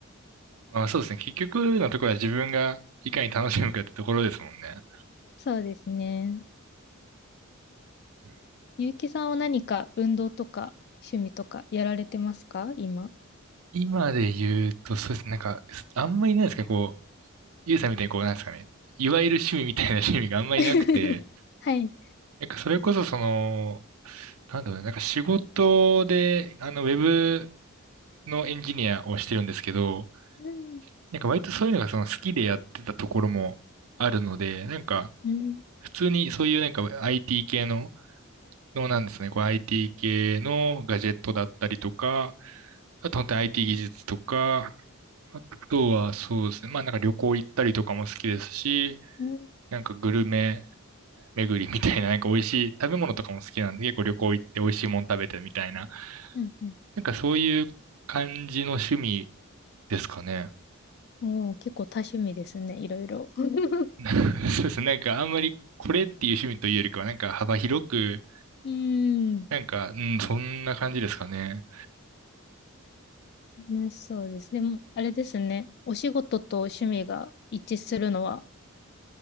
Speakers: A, on the right (about 80°); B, on the left (about 50°).
A: まあそうですね。結局のところは自分がいかに楽しむかってところですもんね。
B: <laughs> そうですね。
A: うん
B: ゆうきさんは何か運動とか趣味とかやられてますか今。
A: 今で言うと、そうですね。なんか、あんまりないですか、こう、ゆうさんみたいにこう、なんですかね。いわゆる趣味みたいな趣味があんまりなくて、
B: <laughs> はい。
A: なんかそれこそその、なんだろうね、なんか仕事で、あの、ウェブのエンジニアをしてるんですけど、
B: うん。
A: なんか割とそういうのがその好きでやってたところもあるので、なんか
B: うん。
A: 普通にそういうなんか IT 系の、のなんですね、こう IT 系のガジェットだったりとか、あと本当に IT 技術とか、あとはそうですね、まあなんか旅行行ったりとかも好きですし、
B: うん。
A: なんかグルメ巡りみたいな、なんか美味しい食べ物とかも好きなんで、結構旅行行って美味しいもん食べてみたいな、
B: うん。うん
A: なんかそういう感じの趣味ですかね。
B: もう結構多趣味ですね。いろいろ。<laughs>
A: <laughs> そうですね。なんかあんまりこれっていう趣味というよりかは、なんか幅広く、
B: うん。
A: なんか、うん、そんな感じですかね。
B: 楽しそうです。でも、あれですね。お仕事と趣味が一致するのは